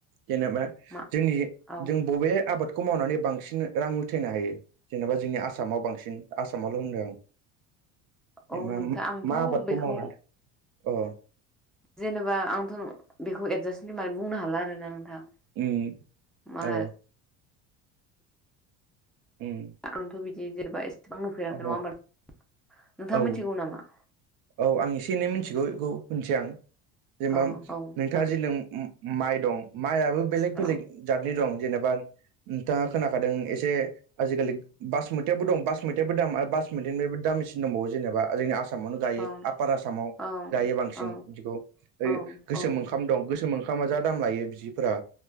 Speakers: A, on the right; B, in the centre.
A: जेनेबा
B: मा
A: जोंनि
B: औ
A: जों बबे आबादखौ खौ मावनानै बांसिन रां उथायनो हायो जेनेबा जोंनि आसामाव बांसिन आसामावल' होनदों आं
B: औ
A: जबा
B: नोंथां आंथ'
A: मा आबादखौ
B: बेखौ
A: मावनानै अ
B: जेनेबा आंथ' बेखौ एडजास्ट हो मनानै बुंनो हाला आरोना नोंथां
A: उम
B: मा
A: औ। उम
B: आंथ' बिदि जेनेबा एसेबां नुफेराखै
A: अ
B: नङा होनबा नोंथाङा
A: औ
B: मिथिगौ नामा?
A: औ आं एसे एनै मिथिगौ बेखौ होनसै आं जेनेबा
B: औ औ
A: नोंथाङा
B: जागोन
A: जे नों माइ दं माइयाबो बेलेग
B: औ
A: बेलेग जातनि दं जेनेबा नोंथाङा खोनाखादों एसे आजिखालि बास मोन मेथाइबो दं बास मेथाइबो दाम बास मेथाइनिबो दामसिन दंबावो जेनेबा जोंनि आसामाव दायो
B: ओं
A: आपार आसामआव
B: औ
A: दायो बांसिन
B: औ
A: बिदिखौ
B: औ
A: गोसोम
B: औ
A: ओंखाम दं ओंखामा जा दाम लायो बिफोरा